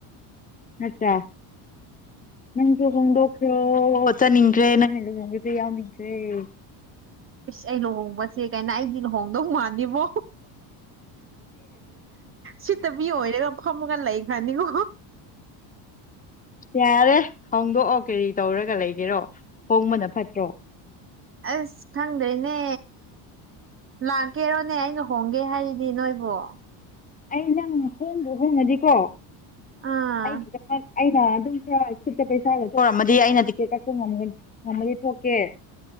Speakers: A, on the left; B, on the right.
A: ꯑꯆꯥ ꯅꯪꯁꯨ ꯍꯣꯡꯗꯣꯛꯈ꯭ꯔꯣ ꯆꯠꯅꯤꯡꯈ꯭ꯔꯦ ꯅꯪ ꯍ ꯂꯨ ꯍꯣꯡꯕꯁꯦ ꯌꯥꯎꯅꯤꯡꯈ꯭ꯔꯦ <unintelligible>
B: ꯏꯁ ꯑꯩ ꯂꯨꯍꯣꯡꯕꯁꯦ ꯀꯥꯏꯅ ꯑꯩꯗꯤ ꯂꯨꯍꯣꯡꯗꯧ ꯃꯥꯥꯟꯅꯤꯕꯣ ꯁꯤꯇꯕꯤ ꯑꯣꯏꯔꯒ ꯐꯝꯃꯒ ꯂꯩꯈ꯭ꯔꯅꯤꯀꯣ
A: ꯌꯥꯔꯦ ꯍꯣꯡꯗꯣꯛꯑꯣ ꯀꯔꯤ ꯇꯧꯔꯒ ꯂꯩꯒꯦꯔꯣ ꯍꯣꯡꯕꯅ ꯐꯠꯇ꯭ꯔꯣ
B: ꯑꯁ ꯈꯪꯗꯦꯅꯦ ꯂꯥꯛꯀꯦꯔꯣꯅꯦ ꯑꯩꯅ ꯍꯣꯡ ꯈꯪꯒꯦ ꯍꯥꯏꯔꯤꯅꯤ ꯅꯣꯏꯕꯨꯣ
A: ꯑꯩ ꯅꯪ ꯍꯣꯡꯕ ꯍꯣꯡꯉꯗꯤꯀꯣ
B: ꯑꯥ
A: ꯑꯩꯒꯤꯗ ꯑꯩꯅ ꯑꯗꯨꯝ ꯈꯔ ꯈꯨꯠꯇ ꯄꯩꯁꯥꯒꯔꯝꯃꯗꯤ ꯑꯩꯅ ꯇꯤꯀꯦꯠ ꯀꯛꯄ ꯉꯝꯃꯗꯤ ꯊꯣꯛꯀꯦ